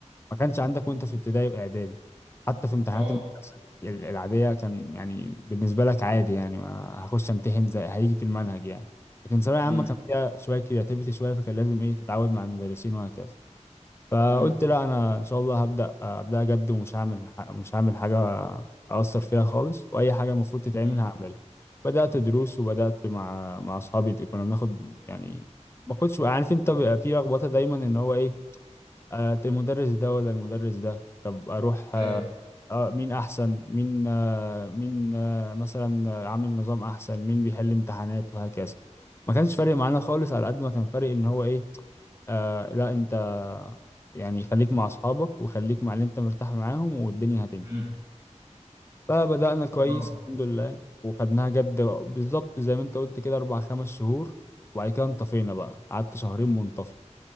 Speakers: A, on the left (about 20°); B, on the right (about 40°).
A: ما كانش عندك وانت في ابتدائي واعدادي حتى في امتحانات
B: اه
A: المدرسه ال- العاديه كان يعني بالنسبه لك عادي يعني ما هخش امتحن زي هيجي في المنهج يعني لكن ثانويه عامه
B: مم.
A: كان فيها شويه كرياتيفيتي شويه فكان لازم ايه تتعود مع المدرسين وهكذا فقلت
B: مم.
A: لا انا ان شاء الله هبدا ابدا جد ومش هعمل ح- مش هعمل حاجه اثر فيها خالص واي حاجه المفروض تتعمل
B: مم.
A: هعملها بدات دروس وبدات مع مع اصحابي كنا بناخد يعني ما كنتش عارف انت بيبقى في لخبطه دايما ان هو ايه آه، المدرس ده ولا المدرس ده طب اروح آه،
B: ايوه
A: آه، مين احسن مين آه، مين آه، مثلا آه، عامل نظام احسن مين بيحل امتحانات وهكذا ما كانش فارق معانا خالص على قد ما كان فارق ان هو ايه آه لا انت يعني خليك مع اصحابك وخليك مع اللي انت مرتاح معاهم والدنيا هتمشي
B: مم.
A: فبدأنا كويس
B: اه
A: الحمد لله وخدناها جد بالظبط زي ما انت قلت كده اربع خمس شهور وبعد كده انطفينا بقى قعدت شهرين منطفي